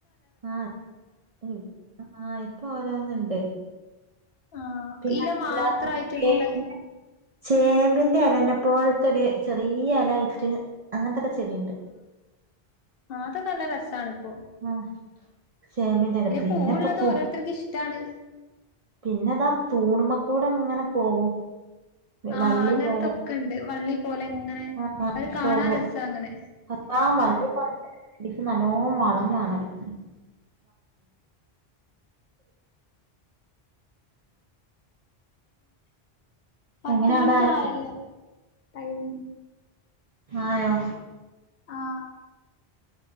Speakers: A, on the right; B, on the left.
A: ആഹ് മം ആഹ് ഇപ്പൊ ഓരോന്നുണ്ട്
B: ആഹ്
A: പിന്നെ
B: ഇല
A: <inaudible>
B: മാത്രായിട്ടുള്ള
A: ചേമ്പിന്റെ ഇലേനെ പോലെതന്നെ ചെറിയ ഇല ആയിട്ട് അങ്ങനത്തൊക്കെ ചെടിയുണ്ട്
B: ആഹ് അതൊക്കെ നല്ല രസാണ് ഇപ്പോ
A: മം ചേമ്പിൻ്റെ ഇല പിന്നെപ്പതുവാ
B: പൂവുള്ളത് ഓരോരുത്തർക്ക് ഇഷ്ടാണ്
A: പിന്നെതാ തൂണുമേക്കൂടെങ്ങനെ പോകും
B: ആഹ്
A: വള്ളി
B: അങ്ങനത്തൊക്കെ
A: പോലെ
B: ഉണ്ട് വള്ളി പോലെ ഇങ്ങനെ
A: ആഹ്
B: കാണാൻ
A: പോകും
B: രസാ അങ്ങനെ
A: എല്ലാ വള്ളി പോലത്തെ ചെടിക്ക് നല്ലോം വളം വേണം <inaudible>
B: <inaudible> പത്ത്
A: എങ്ങനെ
B: മിനിറ്റ്
A: അവിടെ ആര
B: ആയല്ലോ ടൈമ്
A: ആയോ
B: ആഹ്